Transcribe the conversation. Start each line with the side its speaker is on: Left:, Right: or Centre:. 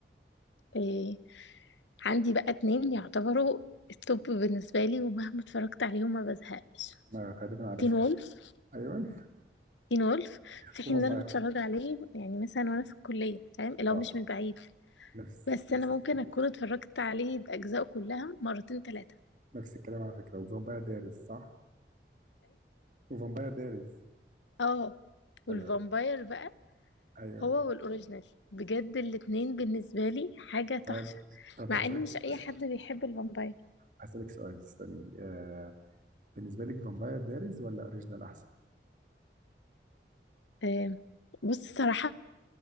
Left: إيه عندي بقى اتنين يعتبروا التوب بالنسبة لي ومهما اتفرجت عليهم ما بزهقش
Right: انا غالبا عارفهم
Left: تين وولف
Right: ايوه
Left: تين وولف
Right: <laughs>
Left: في حين
Right: وفامباير
Left: ان انا متفرجة عليه يعني مثلا وانا في الكلية فاهم لو
Right: اه
Left: مش من بعيد
Right: نفس
Left: بس
Right: نفس
Left: انا ممكن
Right: الكلام
Left: اكون اتفرجت عليه باجزائه كلها مرتين ثلاثة
Right: نفس الكلام على فكرة وفامباير دايريز صح؟ وفامباير دايريز
Left: اه والفامباير
Right: أيوه
Left: بقى
Right: أيوه
Left: هو والاوريجينال بجد الاتنين بالنسبة لي حاجة تحفة
Right: طب طب
Left: مع
Right: هسألك
Left: ان مش
Right: سؤال
Left: اي حد بيحب الفامباير
Right: هسألك سؤال استني آه بالنسبة لك فامباير دايريز ولا أوريجينال أحسن؟
Left: آه، بص الصراحة